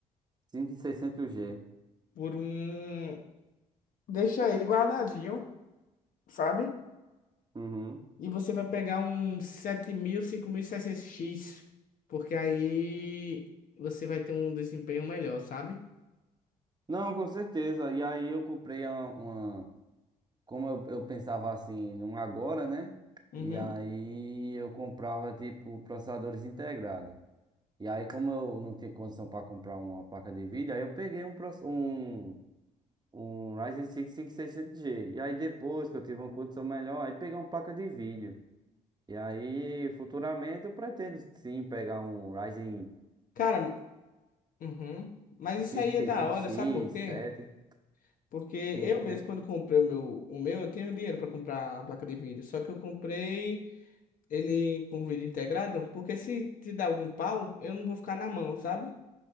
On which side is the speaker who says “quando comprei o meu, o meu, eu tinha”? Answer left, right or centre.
Left